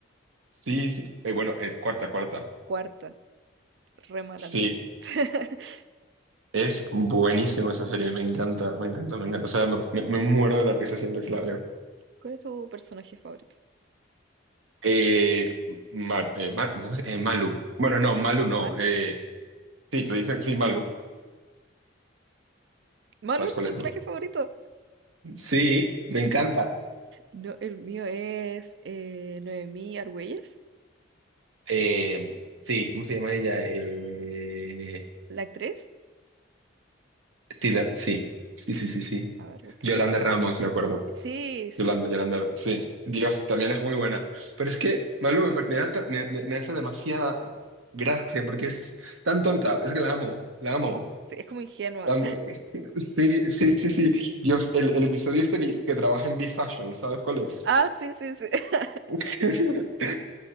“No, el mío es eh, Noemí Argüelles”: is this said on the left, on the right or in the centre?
Right